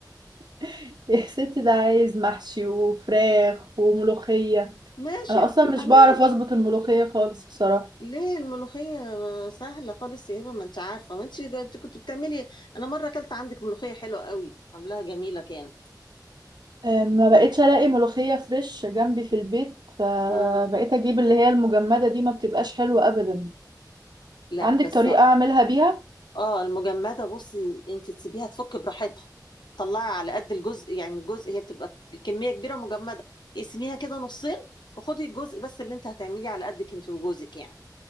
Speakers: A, on the right (about 80°); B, on the left (about 85°).
A: <laughs> يا ستي ده عايز محشي وفراخ وملوخية
B: ماشي
A: انا
B: اوكي
A: اصلا مش
B: اعملي
A: بعرف اظبط الملوخية خالص بصراحة
B: ليه الملوخية سهلة خالص يا هبة ما انت عارفة ما انت انت كنت بتعملي انا مرة اكلت عندك ملوخية حلوة قوي عاملاها جميلة كانت
A: آه، ما بقتش الاقي ملوخية فريش جنبي في البيت فبقيت
B: مم.
A: اجيب اللي هي المجمدة دي ما بتبقاش حلوة ابدا
B: لا
A: عندك
B: بس
A: طريقة اعملها بيها
B: اه المجمدة بصي انت تسيبيها تفك براحتها طلعي على قد الجزء يعني الجزء هي بتبقى كمية كبيرة مجمدة اقسميها كده نصين وخدي الجزء بس اللي انت هتعمليه على قدك انت وجوزك يعني